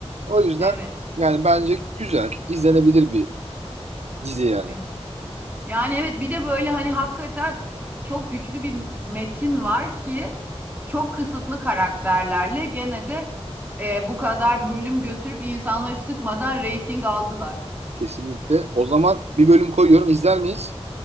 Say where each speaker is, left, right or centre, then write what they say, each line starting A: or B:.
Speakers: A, on the right; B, on the right.
A: O yüzden
B: Evet.
A: yani bence güzel. izlenebilir bir dizi yani.
B: Evet. Yani evet bir de böyle hani hakikaten çok güçlü bir metin var ki çok kısıtlı karakterlerle gene de e, bu kadar bölüm götürüp insanları sıkmadan reyting aldılar.
A: Kesinlikle. O zaman bir bölüm koyuyorum. İzler miyiz?